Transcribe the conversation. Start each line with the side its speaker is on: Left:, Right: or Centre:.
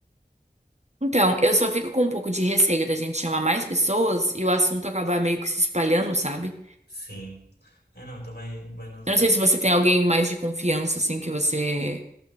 Right: Então, eu só fico com um pouco de receio da gente chamar mais pessoas e o assunto acabar meio que se espalhando, sabe?
Left: Sim. É, não, então vai, vai nós
Right: Eu
Left: dois.
Right: não sei se você tem alguém mais de confiança, assim, que você